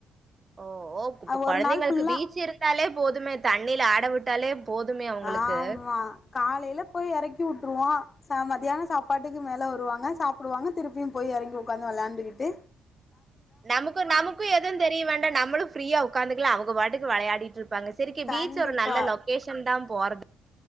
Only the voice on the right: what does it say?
ஓ ஓப்
கொழந்தைங்களுக்
பீச் இருந்தாலே போதுமே தண்ணீல ஆட விட்டாலே போதுமே அவங்களுக்கு.
நமக்கு நமக்கு எதுவு தெரிய வேண்டா நம்மளு ஃப்ரீயா உட்காந்துக்கல அவங்க பாட்டுக்கு விளையாடி இருப்பாங்க சரிகி பீச்
ஒரு நல்ல லொகேஷன் தா போறது